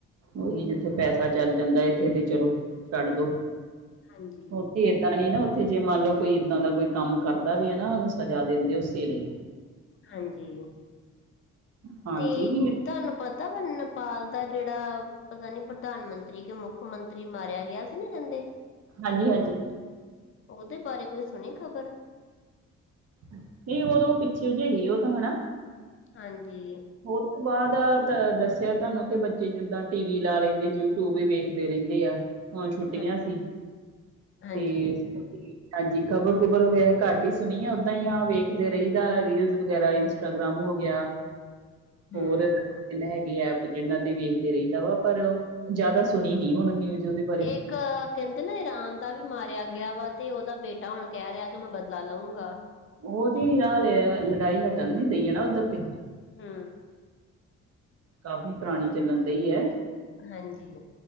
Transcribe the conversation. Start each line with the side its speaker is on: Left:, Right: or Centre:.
Right: ਉਹੀ ਜਿੱਥੇ ਪੈਸਾ ਚੱਲ ਜਾਂਦਾ, ਇੱਥੇ ਤੇ ਚਲੋ ਛੱਡ ਦੋ
Left: ਹਾਂਜੀ
Right: ਉਥੇ ਏਵੀ ਨਾ ਉੱਥੇ ਜੇ ਮੰਨ ਲਓ ਕੋਈ ਇੱਦਾਂ ਦਾ ਕੋਈ ਕੰਮ ਕਰਦਾ ਵੀ ਹੈ ਨਾ ਉਹਨੂੰ ਸਜਾ ਦਿੰਦੇ ਉਸੇ ਵੇਲੇ।
Left: ਹਾਂਜੀ।
Right: ਫਾਂਸੀ
Left: ਤੇ
Right: ਦੀ
Left: ਤੁਹਾਨੂੰ ਪਤਾ ਵਨ ਨੇਪਾਲ ਦਾ ਜਿਹੜਾ ਪਤਾ ਨੀ ਪ੍ਰਧਾਨ ਮੰਤਰੀ ਕਿ ਮੁੱਖ ਮੰਤਰੀ ਮਾਰਿਆ ਗਿਆ ਸੀ ਨਾ ਕਹਿੰਦੇ।
Right: ਹਾਂਜੀ, ਹਾਂਜੀ
Left: ਉਹਦੇ ਬਾਰੇ ਕੋਈ ਸੁਣੀ ਖ਼ਬਰ।
Right: ਨਹੀਂ ਉਦੋਂ ਪਿੱਛੇ ਜ ਜਿਹੇ ਹੀ ਉਹ ਤਾਂ ਹਨਾ
Left: ਹਾਂਜੀ।
Right: ਉਹ ਤੋਂ ਬਾਅਦ ਦੱਸਿਆ ਤੁਹਾਨੂੰ ਕਿ ਬੱਚੇ ਜਿੱਦਾਂ ਟੀ ਵੀ ਲਾ ਲੈਂਦੇ, ਯੂਟਿਊਬ ਵੀ ਵੇਖਦੇ ਰਹਿੰਦੇ ਆ। ਹੁਣ ਛੁੱਟੀਆਂ
Left: ਹਾਂਜੀ
Right: ਸੀ
Left: ਹਾਂਜੀ
Right: ਤੇ ਹਾਂਜੀ ਖਬਰ ਖੁਬਰ ਹੋ ਘੱਟ ਹੀ ਸੁਣੀਏ ਉਓਦਾਂ ਹੀ ਆ ਵੇਖਦੇ ਰਹੀਦਾ ਰੀਲ ਵਗੈਰਾ। ਇੰਸਟਾਗ੍ਰਾਮ ਹੋ ਗਿਆ
Left: ਹਮ
Right: ਹੋਰ ਇਹ ਹੈਗੇ ਐਪ ਜਿਹਨਾਂ ਤੇ ਵੇਖਦੇ ਰਹਦਾ ਵਾ ਪਰ ਉਹ ਜ਼ਿਆਦਾ ਸੁਣੀ ਨੀ ਹੁਣ ਨਿਊਜ਼ ਉਹਦੇ ਬਾਰੇ
Left: ਇੱਕ ਕਹਿੰਦੇ ਨਾ ਰਾਨ ਦਾ ਵੀ ਮਾਰਿਆ ਗਿਆ ਵਾ ਤੇ ਉਹਦਾ ਬੇਟਾ। ਬੇਟਾ ਹੁਣ ਕਹਿ ਰਿਹਾ ਕਿ ਮੈਂ ਬਦਲਾ ਲਊਂਗਾ।
Right: ਉਹ ਤੇ ਹੀ ਹ ਲੜਾਈ ਹਟਣ ਨੀ ਡਈ ਉੱਧਰ ਤੇ
Left: ਹੂੰ
Right: ਕਾਫ਼ੀ ਪੁਰਾਣੀ ਚੱਲਣ ਡਈ ਹੈ।
Left: ਹਾਂਜੀ।